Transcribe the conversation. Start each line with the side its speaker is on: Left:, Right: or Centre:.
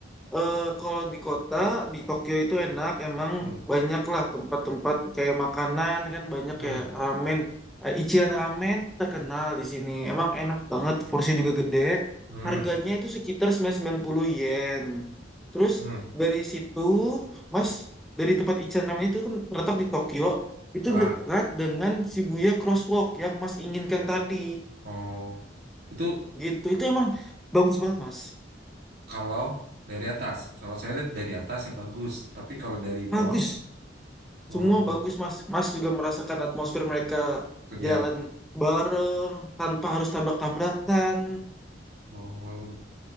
Centre: eh, kalau di kota di Tokyo itu enak, emang
Right: 음,
Centre: banyak lah tempat-tempat kayak makanan kan banyak
Right: 음,
Centre: kayak ramen. Eh, Ichiran Ramen tuh terkenal di sini. Emang enak banget, porsinya juga gede.
Right: 음,
Centre: Harganya itu sekitar 990 yen. Terus
Right: 음.
Centre: dari situ, Mas, dari tempat Ichiran Ramen itu kan terletak di Tokyo, itu
Right: 아,
Centre: dekat dengan Shibuya Crosswalk yang Mas inginkan tadi.
Right: 어, itu
Centre: Gitu. Itu emang bagus banget, Mas.
Right: kalau dari atas. Kalau saya lihat dari atas ya bagus, tapi kalau dari
Centre: Bagus.
Right: bawah, oh,
Centre: Semua bagus, Mas. Mas juga merasakan atmosfer mereka
Right: kerja.
Centre: jalan bareng tanpa harus tabrak-tabrakan.
Right: oh